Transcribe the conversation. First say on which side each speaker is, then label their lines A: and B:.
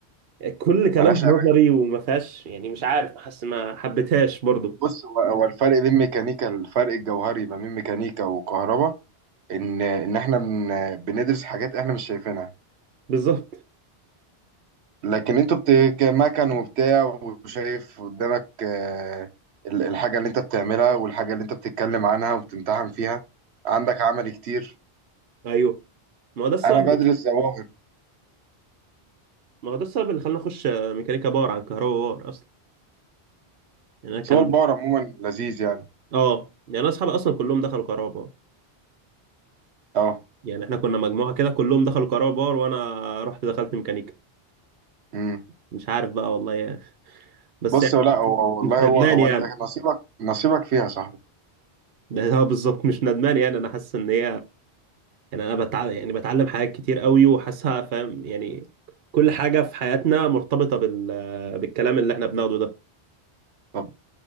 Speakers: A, on the right (about 65°); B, on the right (about 80°).
A: كل كلام
B: ملهاش
A: نظري
B: امان
A: وما فيهاش يعني مش عارف حاسس ما حبيتهاش برضو
B: بص هو هو الفرق بين ميكانيكا الفرق الجوهري ما بين ميكانيكا وكهرباء ان ان احنا بن بندرس حاجات احنا مش شايفينها
A: بالظبط
B: لكن انتوا بت- مكن وبتاع وشايف قدامك آه، ال- الحاجة اللي انت بتعملها والحاجة اللي انت بتتكلم عنها وبتمتحن فيها عندك عمل كتير
A: ايوه ما هو ده السبب
B: انا بدرس ظواهر
A: ما هو ده السبب اللي خلاني اخش ميكانيكا باور عن كهرباء باور اصلا يعني انا كان
B: بس هو البار عموما لذيذ يعني
A: اه يعني انا اصحابي اصلا كلهم دخلوا كهرباء باور
B: اه
A: يعني احنا كنا مجموعه كده كلهم دخلوا كهرباء باور وانا رحت دخلت ميكانيكا
B: امم
A: مش عارف بقى والله يا <laughs> أخي. بس
B: بص
A: يعني
B: لا هو هو- والله
A: مش ندمان
B: هو هو
A: يعني
B: انت نصيبك نصيبك فيها يا صاحبي
A: <laughs> ده هو بالظبط مش ندمان يعني انا حاسس ان هي يعني انا بتعلم يعني بتعلم حاجات كتير قوي وحاسسها فاهم يعني كل حاجه في حياتنا مرتبطه بال... بالكلام اللي احنا بناخده ده
B: طب